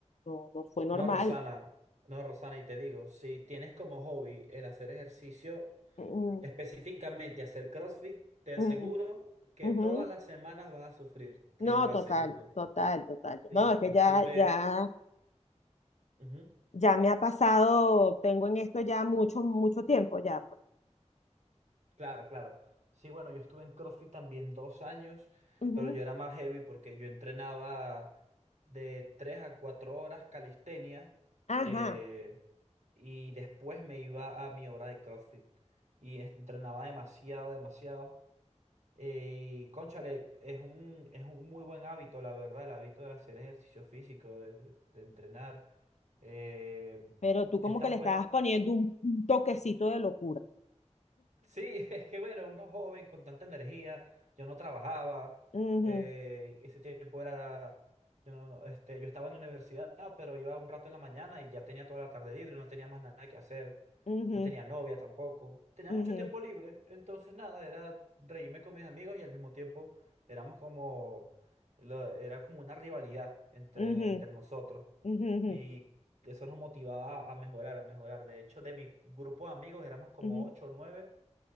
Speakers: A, on the left; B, on the right.
A: no, no fue normal.
B: No, Rosana, no, Rosana, y te digo, si tienes como hobby el hacer ejercicio,
A: Mm,
B: específicamente hacer CrossFit, te aseguro
A: mm,
B: que
A: ujú.
B: todas las semanas vas a sufrir, te
A: No,
B: lo aseguro.
A: total, total, total.
B: Sí,
A: No, es que
B: yo estuve,
A: ya, ya,
B: ujú.
A: ya me ha pasado, tengo en esto ya mucho, mucho tiempo ya, pues.
B: Claro, claro. Sí, bueno, yo estuve en CrossFit también dos años,
A: Ujú.
B: pero yo era más heavy porque yo entrenaba de tres a cuatro horas calistenia
A: Ajá.
B: eh, y después me iba a mi hora de CrossFit y entrenaba demasiado, demasiado. Eh, y cónchale, es un, es un muy buen hábito, la verdad, el hábito de hacer ejercicio físico, de, de entrenar. Eh,
A: Pero tú como
B: es tan
A: que le
B: bueno.
A: estabas poniendo un, un toquecito de locura.
B: Sí, <laughs> es que bueno, uno joven con tanta energía, yo no trabajaba,
A: Ujú,
B: eh, ese tiempo era, yo no, no, este, yo estaba en la universidad, pero iba un rato en la mañana y ya tenía toda la tarde libre, no tenía más nada que hacer,
A: ujú,
B: no tenía novia tampoco, tenía
A: ujú,
B: mucho tiempo libre, entonces nada, era reírme con mis amigos y al mismo tiempo éramos como, lo- era como una rivalidad entre,
A: ujú,
B: entre nosotros
A: ujú,
B: y eso nos motivaba a mejorar, a mejorar. De hecho, de mi grupo de amigos éramos como
A: ujú,
B: ocho o nueve